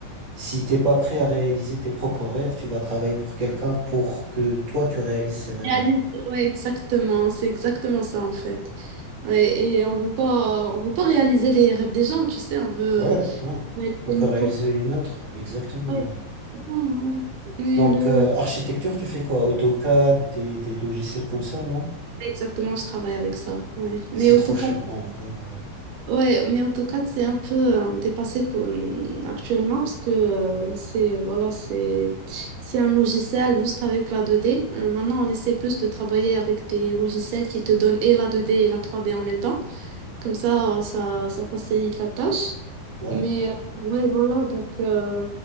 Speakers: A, on the right; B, on the right.
A: si t'es pas prêt à réaliser tes propres rêves, tu vas travailler pour quelqu'un pour que toi tu réalises ses rêves
B: Réalise-
A: à lui.
B: Ouais, exactement, c'est exactement ça en fait. Ouais, et on veut pas, on veut pas réaliser les rêves des gens, tu sais, on veut,
A: Ouais, ouais.
B: mais
A: On
B: de
A: peut
B: nos
A: réaliser
B: propres.
A: les nôtres, exactement,
B: Ouais,
A: ouais.
B: ouais. Mais
A: Donc,
B: le...
A: euh, architecture, tu fais quoi? AutoCAD, des, des logiciels comme ça, non?
B: Exactement, je travaille avec ça. Ouais. Mais
A: C'est
B: AutoCAD,
A: trop chiant, en vrai, ouais.
B: ouais, mais AutoCAD, c'est un peu euh, dépassé pour, euh, actuellement parce que euh, c'est voilà, c'est c'est un logiciel juste avec la deux d Euh, maintenant, on essaie plus de travailler avec des logiciels qui te donnent et la deux d et la trois d en même temps. Comme ça, euh, ça, ça facilite la tâche.
A: Ouais?
B: Mais euh, ouais, voilà. Donc, euh,